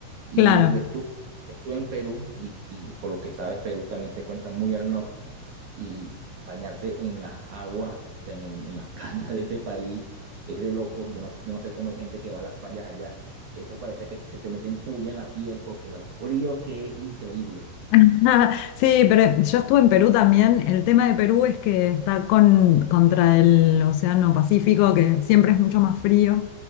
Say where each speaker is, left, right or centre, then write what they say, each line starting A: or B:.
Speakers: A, on the right; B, on the left.
A: Y
B: Claro.
A: yo estuve, estuve en Perú y, y por lo que sabes, Perú también se encuentra muy al norte y bañarse en las aguas, o sea, en, el- en las <laughs> playas de ese país es de locos. Yo no sé, yo no sé cómo hay gente que va a las playas allá. Eso parece que te- se te meten puya en la piel porque lo frío que es increíble.
B: <laughs> Ajá, Sí, pero yo estuve en Perú también. El tema de Perú es que está con, contra el Océano Pacífico, que siempre es mucho más frío,